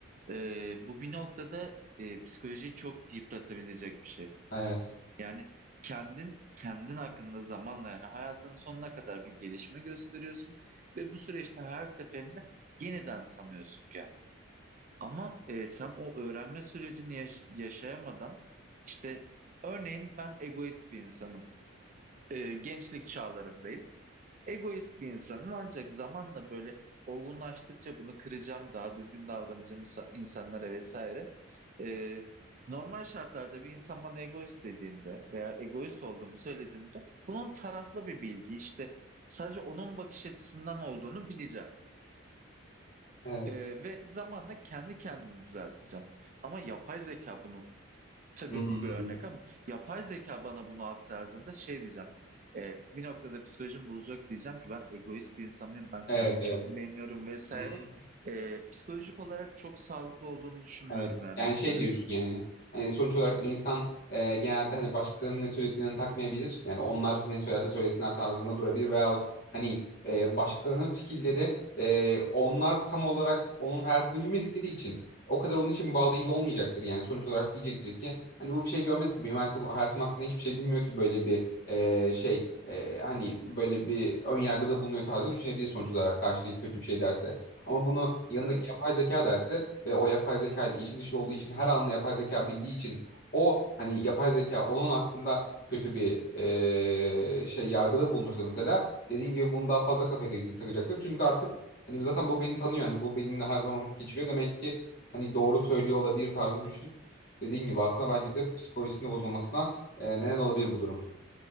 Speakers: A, on the right; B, on the left.
A: E, bu bir noktada e, psikolojiyi çok yıpratabilecek bir şey.
B: evet.
A: Yani kendin kendin hakkında zamanla yani hayatın sonuna kadar bir gelişme gösteriyorsun ve bu süreçte her seferinde yeniden tanıyorsun kendini. Ama e, sen o öğrenme sürecini yaş- yaşayamadan işte örneğin ben egoist bir insanım. E, gençlik çağlarımdayım egoist bir insanım ancak zamanla böyle olgunlaştıkça bunu kıracağım, daha düzgün davranacağım insa- insanlara vesaire. Ee, normal şartlarda bir insan bana egoist dediğinde veya egoist olduğumu söylediğinde bunun taraflı bir bilgi işte sadece onun bakış açısından olduğunu bileceğim.
B: Evet.
A: Ee, ve zamanla kendi kendimi düzelteceğim. Ama yapay zeka bunu tabii
B: Hı hı.
A: bu bir örnek ama yapay zeka bana bunu aktardığında şey diyeceğim. E, bir noktada psikolojim bozacak diyeceğim ki ben egoist bir insan mıyım, ben
B: Evet,
A: kendimi
B: evet.
A: çok beğeniyorum vesaire.
B: Hı hı.
A: E, psikolojik olarak çok sağlıklı olduğunu düşünmüyorum
B: Evet.
A: yani
B: Yani
A: bu sürecin.
B: şey diyorsun yani. Hani sonuç olarak insan e, genelde hani başkalarının ne söylediklerini takmayabilir. Yani onlar ne söylerse söylesinler tarzında durabilir veyahut hani e, başkalarının fikirleri e, onlar tam olarak onun hayatını bilmedikleri için o kadar onun için bağlayıcı olmayacaktır yani. Sonuç olarak diyecektir ki hani bu bir şey görmedi ki benim hakkı- hayatım hakkında hiçbir şey bilmiyor ki böyle bir e, şey e, hani böyle bir ön yargıda bulunuyor tarzı düşünebilir sonuç olarak karşıdaki kötü bir şey derse. Ama bunu yanındaki
A: Tabii.
B: yapay zeka derse ve o yapay zeka ile içi dışı olduğu için her anını yapay zeka bildiği için o hani yapay zeka onun hakkında kötü bir eee, şey yargıda bulunursa mesela dediğin gibi bunu daha fazla kafaya tak- takacaktır. Çünkü artık hani zaten bu beni tanıyor hani bu benimle her zaman vakit geçiriyor demek ki hani doğru söylüyor olabilir tarzı düşünüp dediğin gibi aslında bence de psikolojisinde bozulmasına eee, neden olabilir bu durum.